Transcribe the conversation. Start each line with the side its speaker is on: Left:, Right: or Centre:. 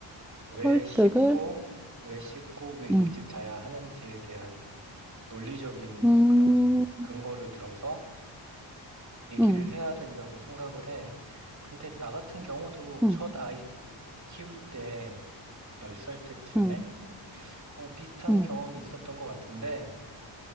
Right: 왜
Centre: 설득을?
Right: 씻고, 왜 씻고, 왜 일찍
Centre: 응.
Right: 자야 하는지에 대한 논리적인
Centre: 음,
Right: 그런 근거를 들어서 얘기를
Centre: 응,
Right: 해야 된다고 생각을 해. 근데 나 같은 경우도
Centre: 응,
Right: 첫 아이 키울 때, 10살 때쯤에
Centre: 응,
Right: 어, 비슷한
Centre: 응,
Right: 경험이 있었던 것 같은데,